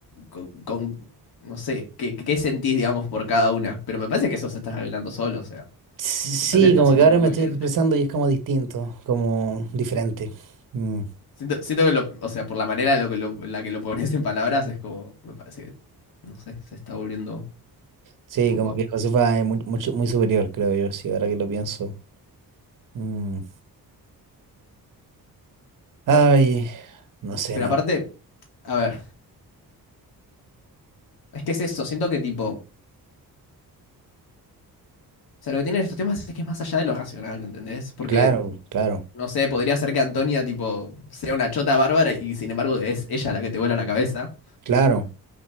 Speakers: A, on the left; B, on the right.
A: con, con- no sé, qué, qué sentís, digamos, por cada una, pero me parece que eso se está revelando solo, o sea,
B: Sí, sí,
A: me parece que está
B: como
A: siendo
B: que ahora
A: un poco
B: me estoy
A: evidente.
B: expresando y es como distinto, como diferente. Mm.
A: Siento, siento que lo, o sea, por la manera en lo que lo- en la que lo pones en palabras, es como, me parece que, no sé, se está volviendo
B: Sí,
A: un poco.
B: como que Josefa es muy, mucho- muy superior, creo yo, sí, ahora que lo pienso. Mm. Ay, no sé,
A: Pero
B: nada.
A: aparte, a ver, es que es eso, siento que tipo, o sea, lo que tienen estos temas es que es más allá de lo racional, ¿me entendés? Porque,
B: Claro, claro,
A: no sé, podría ser que Antonia, tipo, sea una chota bárbara y sin embargo es ella la que te vuela la cabeza.
B: claro.